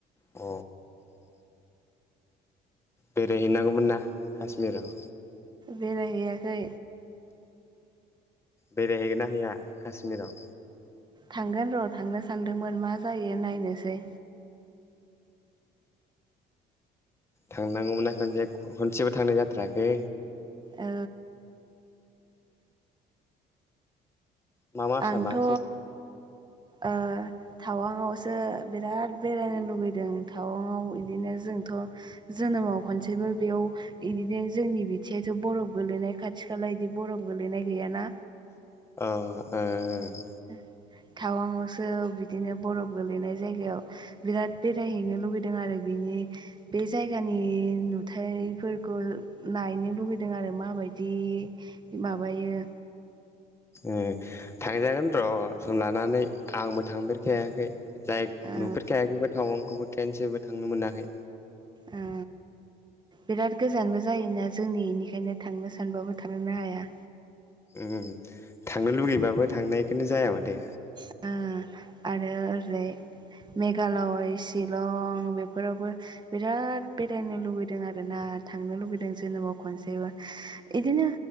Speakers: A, on the left; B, on the right.
A: अ बेरायहैनांगौमोन ना काास्मिराव
B: बेरायहैयाखै
A: बेरायहैगोन ना हैया काश्मिराव
B: थांगोन र' थांनो सानदोंमोन मा जायो नायनोसै।
A: थांनांगौमोनना खनसे खनसेबो थांनाय जाथराखै।
B: ओ
A: मा मासा
B: आंथ'
A: बांसिन
B: ओ थावांआवसो बिराद बेरायनो लुगैदों थावांआव इदिनो जोंथ' जोनोमाव खनसेबो बेयाव इदिनो जोंनि बिथियायथ' बरफ गोलैनाय खाथि-खाला बिदि बरफ गोलैनाय गैयाना?
A: अ औ ओ
B: <inaudible> थावांआवसो बिदिनो बरफ गोलैनाय जायगायाव बिराद बेरायहैनो लुुबैदों आरो बि बे जायगानि नुथायफोरखौ नायनो लुुबैदों आरो माबायदि? दि माबायो?
A: ओ थांजागोन र' सम लानानै आंबो थांफेरखायाखै। जाय
B: ओ
A: नुफेरखायाखैबो थावांखौबो खेनसेबो थांनो मोनाखै।
B: ओ बिराद गोजानबो जायोना जोंनि इनिखायनो थांनो सानबाबो थांनो हाया।
A: ओम थांनो लुगैबाबो थांनायखोनो जाया माथो।
B: ओ आरो ओरैजाय मेघालय, शिलं बेफोरावबो बिराद बेरायनो लुुबैदों आरोना। थांनो लुगैदों जोनोमाव खनसेबो इदिनो